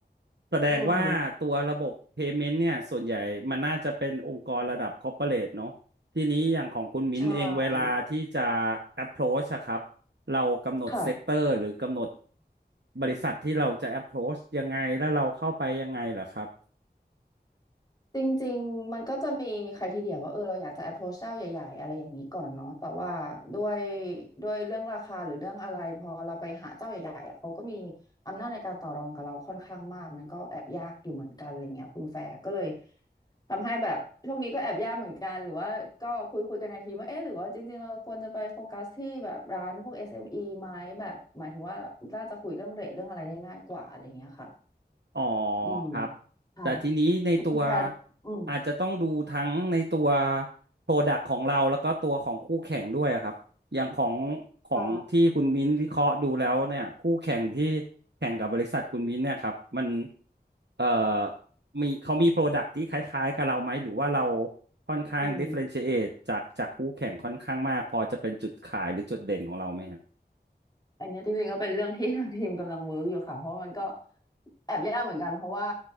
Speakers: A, on the right (about 80°); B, on the left (about 20°).
A: แสดงว่าตัวระบบ
B: อืม
A: payment เนี่ยส่วนใหญ่มันน่าจะเป็นองค์กรระดับ corporate เรทเนอะทีนี้อย่างของคุณมิ้นเองเวลาที่จะ
B: ใช่
A: approach อะครับเรากำหนด
B: ค่ะ
A: sector หรือกำหนดบริษัทที่เราจะ approach ยังไงแล้วเราเข้าไปยังไงเหรอครับ
B: จริงๆมันก็จะมีใครทีเดียวว่าเออเราอยากจะ approach เจ้าใหญ่ๆอะไรอย่างนี้ก่อนเนาะแต่ว่าด้วยด้วยเรื่องราคาหรือเรื่องอะไรพอเราไปหาเจ้าใหญ่ๆอะเขาก็มีอำนาจในการต่อรองกับเราค่อนข้างมากมันก็แอบยากอยู่เหมือนกันอะไรเงี้ยคุณแฟร์ก็เลยทำให้แบบช่วงนี้ก็แอบยากเหมือนกันหรือว่าก็คุยคุยกันในทีมว่าเอ๊ะหรือว่าจริงๆเราควรจะไปโฟกัสที่แบบร้านพวก SME ไหมแบบหมายถึงว่าน่าจะคุยเรื่องเรทเรื่องอะไรได้ง่ายกว่าอะไรเงี้ยค่ะ
A: อ๋อ
B: อืม
A: ครับ
B: ใช่
A: แต่ทีนี้ในตัว
B: คุณแฟนอืม
A: อาจจะต้องดูทั้งในตัวโปรดักต์ของเราแล้วก็ตัวของคู่แข่งด้วยอะครับอย่างของของที่คุณมิ้นวิเคราะห์ดูแล้วเนี่ยคู่แข่งที่
B: ใช่
A: แข่งกับบริษัทคุณมิ้นเนี่ยครับมันเอ่อมีเขามีโปรดักต์ที่คล้ายๆกับเราไหมหรือว่าเราค่อนข้าง
B: อืม
A: differentiate จากจากคู่แข่งค่อนข้างมากพอจะเป็นจุดขายหรือจุดเด่นของเราไหมครับ
B: อันเนี้ยจริงๆก็เป็นเรื่องที่ <laughs> ทางทีมกำลังเวิร์กอยู่ค่ะเพราะมันก็แอบยากเหมือนกันเพราะว่า